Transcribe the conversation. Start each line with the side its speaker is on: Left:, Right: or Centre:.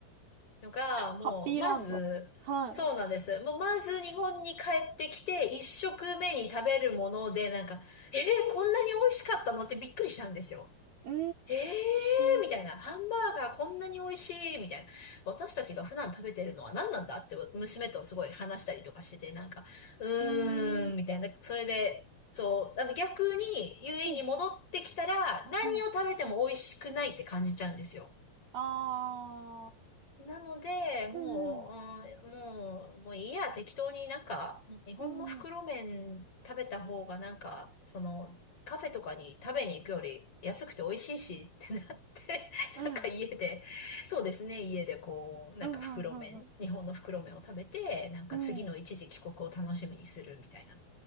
Left: い。のが、もう、
Right: ハッピーランド。
Left: まず、
Right: はい。
Left: そうなんです。もう、まず日本に帰ってきて、一食目に食べるもので、なんか、えー、こんなに美味しかったのってびっくりしたんですよ。
Right: うー
Left: えー、
Right: ん。う
Left: みたいな。ハンバーガーこんなに美味しい、みたいな。私たちが普段食べてるのは何なんだって、娘とすごい話したりとかしてて、なんか、うーん、
Right: ーん。う
Left: みたいな。それで、そう、あの逆に UAE
Right: ん。
Left: に戻ってきたら、何を食べても美味しくないって感じちゃうんですよ。
Right: うん。ああ。
Left: なので、も
Right: うんうん。
Left: う、うん、もう、もういいや、適当になんか、もう日本の袋麺食べた方がなんか、
Right: うんうん。
Left: その、カフェとかに食べに行くより安くて美味しいしってなって、<laughs>
Right: うん。
Left: なんか家で、そうですね、家でこう、なんか袋麺、
Right: うんうんうんうん。
Left: 日本の袋麺を食べて、なんか次の一時帰国を楽しみにするみたいな。
Right: うん